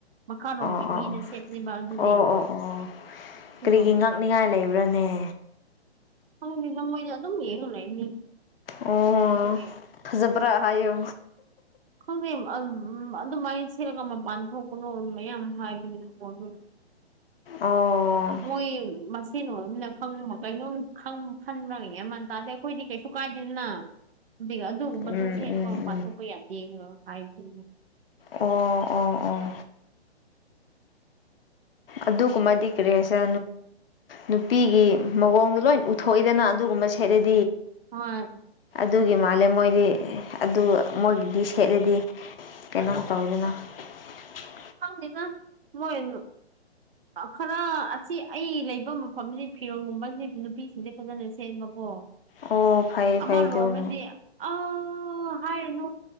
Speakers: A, on the right; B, on the left.
A: ꯃꯈꯥꯔꯣꯝꯒꯤ
B: ꯑꯣ
A: ꯃꯤꯅ ꯁꯦꯠꯂꯤꯕ ꯑꯗꯨꯗꯤ
B: ꯑꯣ ꯑꯣ ꯑꯣ
A: ꯁꯤꯔꯣꯝꯅ
B: ꯀꯔꯤꯒꯤ ꯉꯛꯅꯤꯉꯥꯏ ꯂꯩꯕ꯭ꯔꯅꯦ
A: ꯍꯪꯅꯤ ꯅ ꯃꯣꯏ ꯑꯗꯨꯝ ꯌꯦꯅ ꯂꯩꯅꯤ
B: ꯑꯣ
A: ꯑꯗꯨꯒꯤ
B: ꯐꯖꯕ꯭ꯔꯥ ꯍꯥꯏꯌꯨ
A: ꯈꯪꯗꯦ ꯑꯗꯨꯃꯥꯏꯅ ꯁꯤꯂꯒ ꯃꯄꯥꯟ ꯊꯣꯛꯀꯅꯣ ꯃꯌꯥꯝ ꯍꯥꯏꯕꯤꯣꯝ
B: ꯑꯣ
A: ꯃꯣꯏ ꯀꯩꯅꯣꯕꯅꯕ ꯀꯩꯅꯣꯝ ꯈꯟꯕ꯭ꯔꯒ ꯃꯟ ꯇꯥꯗꯦ ꯑꯩꯈꯣꯏꯗꯤ ꯀꯩꯁꯨ ꯀꯥꯏꯗꯦꯗꯅ ꯑꯗꯨ ꯑꯗꯨꯒꯨꯝꯕꯗꯨꯣ
B: ꯎꯝ
A: ꯁꯦꯠꯅꯒ
B: ꯎꯝ ꯎꯝ
A: ꯄꯥꯡꯊꯣꯛꯄ ꯌꯥꯗꯦ ꯍꯥꯏꯕ
B: ꯑꯣ ꯑꯣ ꯑꯣ ꯑꯗꯨꯒꯨꯝꯕꯗꯤ ꯀꯔꯤꯦꯁ ꯅꯨꯄꯤꯒꯤ ꯃꯑꯣꯡꯗꯣ ꯂꯣꯏ ꯎꯊꯣꯛꯏꯗꯅ ꯑꯗꯨꯒꯨꯝꯕ ꯁꯦꯠꯂꯗꯤ
A: ꯍꯣꯏ
B: ꯑꯗꯨꯒꯤ ꯃꯥꯜꯂꯦ ꯃꯣꯏꯗꯤ ꯑꯗꯨ ꯃꯣꯏꯒꯤꯗꯤ ꯁꯦꯠꯂꯦꯗꯤ ꯀꯩꯅꯣꯝ ꯇꯧꯋꯤꯗꯅ <unintelligible>
A: ꯗ ꯃꯅꯣ ꯈꯔ ꯑꯁꯤ ꯑꯩ ꯂꯩꯕ ꯃꯐꯝꯁꯤ ꯐꯤꯔꯣꯒꯨꯝꯕꯕꯁꯤꯗꯤ ꯅꯨꯄꯤꯁꯤꯡꯁꯦ ꯐꯖꯅ ꯁꯦꯝꯕꯀꯣ
B: ꯑꯣ ꯐꯩ
A: ꯑꯥ
B: ꯐꯩ ꯑꯗꯨꯅ
A: ꯔꯣꯃꯦꯗꯤ ꯑ ꯍꯥꯏꯥꯏꯅꯨ